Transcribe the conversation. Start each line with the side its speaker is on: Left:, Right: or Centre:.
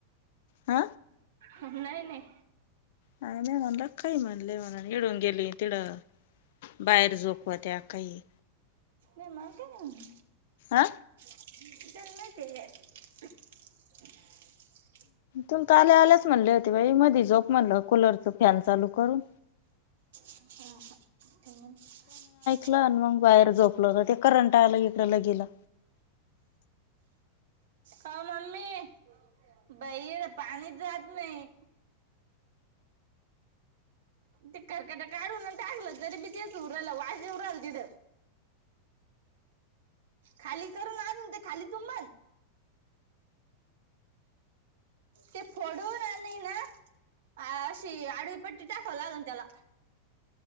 Left: हा
Right: नाही नाही
Left: मी म्हणल काही म्हणले म्हणून घिडून गेली तिडं बाहेर झोपवत्या काही
Right: नाही मल का नाही
Left: आ
Right: <unintelligible>
Left: तुम तर आल्या आल्याच म्हणले होते, बाई मधी झोप म्हणलं कुलरच फॅन चालू करून
Right: <unintelligible>
Left: लं आणि मग बाहेर झोपलं होत. ते करंट आलं इकडला गेलं
Right: का ओ मम्मी बाई पाणी जात नाही. ते खरकट काढून टाकलं तरी बीच उरलं वाशे उराल तिथं खाली करून आ ते खाली तु मण ते फोडून आणि ना अ अशी आडवी पट्टी टाकाव लागल त्याला